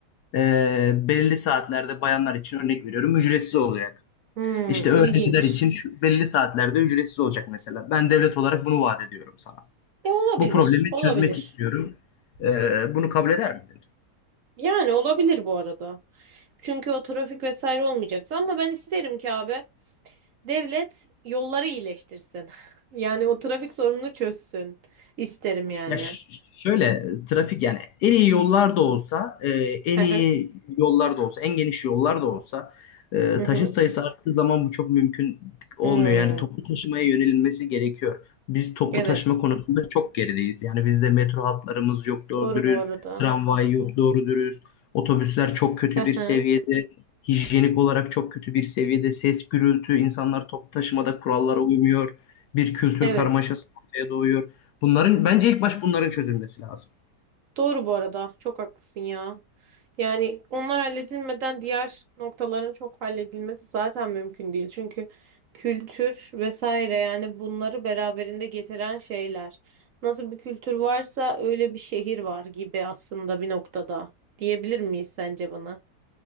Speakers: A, on the left; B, on the right.
A: e, belirli saatlerde bayanlar için örnek veriyorum ücretsiz olacak.
B: Hmm.
A: İşte öğrenciler
B: İlginç.
A: için şu belirli saatlerde ücretsiz olacak mesela. Ben devlet olarak bunu vaat ediyorum sana.
B: E olabilir.
A: Bu problemi
B: Olabilir.
A: çözmek istiyorum. E, bunu kabul eder miydin?
B: Yani olabilir bu arada. Çünkü o trafik vesaire olmayacaksa ama ben isterim ki abi. Devlet yolları iyileştirsin. <laughs> Yani o trafik sorununu çözsün. İsterim yani.
A: Ya ş- şöyle trafik yani en iyi yollar da olsa e, en
B: Hı hı.
A: iyi yollar da olsa en geniş yollar da olsa e,
B: Hı hı.
A: taşıt sayısı arttığı zaman bu çok mümkün olmuyor.
B: Hmm.
A: Yani toplu taşımaya yönelilmesi gerekiyor. Biz toplu
B: Evet.
A: taşıma konusunda çok gerideyiz. Yani bizde metro hatlarımız yok doğru
B: Doğru
A: dürüst,
B: bu arada.
A: tramvay yok doğru dürüst, otobüsler çok kötü
B: Hı hı.
A: bir seviyede, hijyenik olarak çok kötü bir seviyede, ses gürültü, insanlar toplu taşımada kurallara uymuyor. Bir kültür
B: Evet.
A: karmaşası ortaya doğuyor. Bunların bence ilk baş bunların çözülmesi lazım.
B: Doğru bu arada. Çok haklısın ya. Yani onlar halledilmeden diğer noktaların çok halledilmesi zaten mümkün değil. Çünkü kültür vesaire yani bunları beraberinde getiren şeyler. Nasıl bir kültür varsa öyle bir şehir var gibi aslında bir noktada. Diyebilir miyiz sence bana?